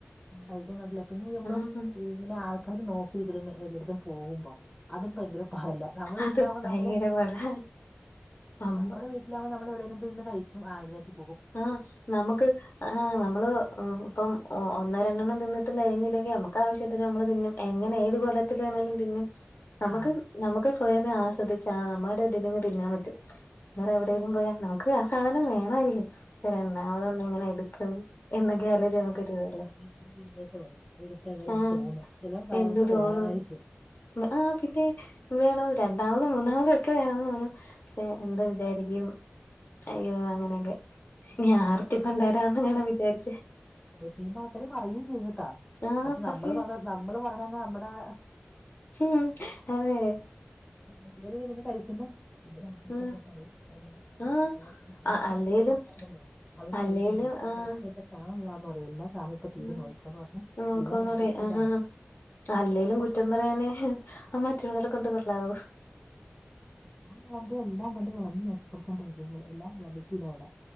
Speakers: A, in the centre; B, on the left.
A: അയ്‌ന്റെ നല്ലതിന് നമ്മള്
B: ഉം
A: ഇങ്ങനാൾക്കാര് നോക്കിയിരിക്ക എല്ലായ്ടത്തും പോകുമ്പം അതും ഭയ്ങ്കര പാടില്ല നമ്മളെ വീട്ട്ലാവുമ്പം
B: അത് ഭയങ്കര
A: നമ്മൾ
B: പാടാ അമ്മ
A: നമ്മളെ വീ ലാവുമ്പം നമ്മളെവ്ടേലും പോയിര്ന്ന് കഴിക്കും ആര്തേറ്റും
B: ആഹ് നമക്ക് ആഹ് നമ്മള് ഇപ്പം ഒന്നോ രണ്ടെണ്ണം തിന്നിട്ടും തെകഞ്ഞീല്ലെങ്കി നമുകാവശ്യത്തിന് നമ്മള് തിന്നും എങ്ങനെ ഏത് കോലത്തിലാണേലും തിന്നും നമുക്ക്
A: ആഹ്
B: നമുക്ക് സ്വയമേ ആസ്വദിച്ച് ആ നമ്മടെ ഇതിന് തിന്നാൻ പറ്റും വേറെ എവിടേലും പോയാ നമുക്ക് ആ സാധനം വേണമായിരിക്കും പക്ഷെ രണ്ടാമതും ഒന്നെങ്ങനെ എടുക്കും എന്നൊക്കെ ആലോചിച്ച്
A: ആഹ്
B: നമുക്കൊരു ഇതല്ലേ
A: <unintelligible> എടുത്തത് എന്ന്
B: ആഹ്
A: തോന്നും ചിലപ്പം
B: എന്ത്
A: നമുക്ക്
B: തോന്നും
A: വേണമായിരിക്കും
B: ആഹ് പിന്നെ വേണം രണ്ടാമതും മൂന്നാമതും ഒക്കെ വേണോന്ന് തോന്നും പക്ഷെ എന്താ വിചാരിക്കും
A: ഉം
B: അയ്യോ അങ്ങനെയൊക്കെ ഇനി ആർത്തി പണ്ടാരവാന്ന് ആണോ വിചാരിച്ചേ
A: കുറെ കഴിയുമ്പോൾ ആൾക്കാര് പറയുകയും ചെയ്യും കേട്ടോ
B: ആഹ്
A: പക്ഷേ
B: പറയ്
A: നമ്മള് പറയണെ നമ്മള് പറയണത് നമ്മടെ
B: ഉം അങ്ങനെ
A: <unintelligible> ര്ന്ന് കഴിക്കുമ്പം ഇവിടെ അങ്ങൻത്തെക്കെ
B: ഉം
A: പറയും എന്നെ <unintelligible>
B: ആഹ്
A: ഇവർക്ക്
B: ആഹ് അല്ലേലും
A: ഇഷ്ടാത്ത ആൾക്കാറുണ്ടല്ലോ അവര്
B: അല്ലേലും
A: കഴിക്കൻ പറയും ഇപ്പോ <unintelligible>
B: ആഹ്
A: എല്ലാ സാധന ഇപ്പ തീരുംനോയിക്കോന്ന്
B: ഉം
A: പറഞ്ഞു
B: നോക്കോന്ന്
A: എല്ലാം വിളമ്പിക്കുല്ലാന്നെ
B: പറയാ ആഹ് അല്ലേലും കുറ്റം പറയാനേ അഹ് മറ്റുള്ളവരെ കൊണ്ട് കൊള്ളവോ
A: ഞാൻ വിളമ്പി എല്ലാം കണ്ട് വിളമ്പി മോശ പുറത്ത് അങ്ങട്ട് ഇടുംഎല്ലാം വിളമ്പിച്ചില്ല അവിടെ